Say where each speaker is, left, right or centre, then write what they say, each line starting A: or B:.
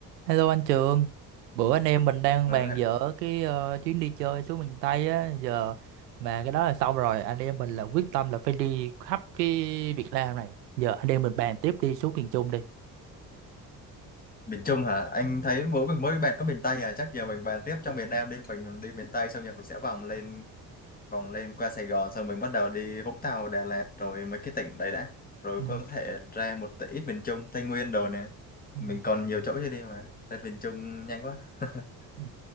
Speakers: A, on the right; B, on the left.
A: Hello anh Trường, bữa anh em mình đang
B: Ừ,
A: bàn
B: hả?
A: dở cái ờ, chuyến đi chơi xuống miền Tây á, giờ mà cái đó là xong rồi, anh em mình là quyết tâm là phải đi khắp cái Việt Nam này. Giờ anh em mình bàn tiếp đi xuống miền Trung đi.
B: miền Trung hả? Anh thấy mỗi mình mới bàn có miền Tây à? Chắc giờ mình bàn tiếp trong miền Nam đi. Mình đi miền Tây xong rồi mình sẽ vòng lên vòng lên qua Sài Gòn xong mình bắt đầu đi Vũng Tàu, Đà Lạt rồi mấy cái tỉnh đấy đã. Rồi
A: Ừ.
B: có thể ra một tí ít miền Trung, Tây Nguyên đồ nè.
A: Ừ.
B: Mình còn nhiều chỗ chưa đi mà. Tới miền Trung nhanh quá. <laughs>
A: Ừ.